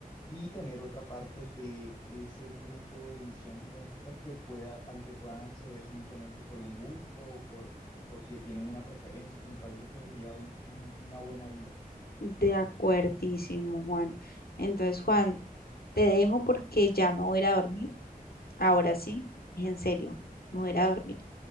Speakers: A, on the left; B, on the left.
A: y tener otra parte de ese grupo de edición genética que pueda, al que puedan acceder simplemente por un gusto o por, porque tienen una preferencia. Me parece que esa sería un- un- una buena vía.
B: De acuerdísimo, Juan. Entonces, Juan, te dejo porque ya me voy a ir a dormir. Ahora sí, en serio, me voy a ir a dormir.